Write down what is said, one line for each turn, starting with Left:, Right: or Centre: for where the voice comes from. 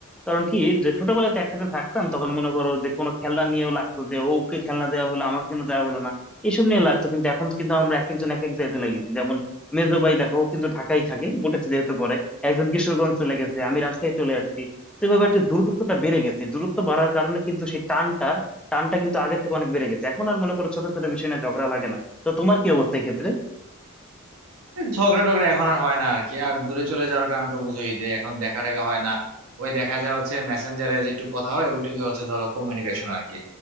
Centre: কারণ কি যে ছোটবেলায় তো একসাথে থাকতাম তখন মনে করো যে কোনো খেলনা নিয়েও লাগতো যে ও ওকে খেলনা দেওয়া হলো আমাকে কেন দেওয়া হলো না এসব নিয়ে লাগতো কিন্তু এখন তো কিন্তু আমরা এক একজন এক এক জায়গাতে লাগি যেমন মেজো ভাই দেখো ও কিন্তু ঢাকায় থাকে বুটেক্স যেহেতু পরে একজন কিশোরগঞ্জ চলে গেছে আমি রাজশাহী চলে আসছি তো এভাবে একটা দূরত্বটা বেড়ে গেছে দূরত্ব বাড়ার কারণে কিন্তু সেই টানটা টানটা কিন্তু আগের থেকে অনেক বেড়ে গেছে এখন আর মনে করো ছোট ছোট বিষয় নিয়ে ঝগড়া লাগে না তো তোমার কি অবস্থা এই ক্ষেত্রে
Right: ঝগড়া টগড়া এখন আর হয় না আর কি আর দূরে চলে যাওয়ার কারণে তো বুঝোই যে এখন দেখা টাকা হয় না ওই দেখা যায় হচ্ছে মেসেঞ্জারে যেটুকু কথা হয় ওইটুকু হচ্ছে ধরো কমিউনিকেশন আর কি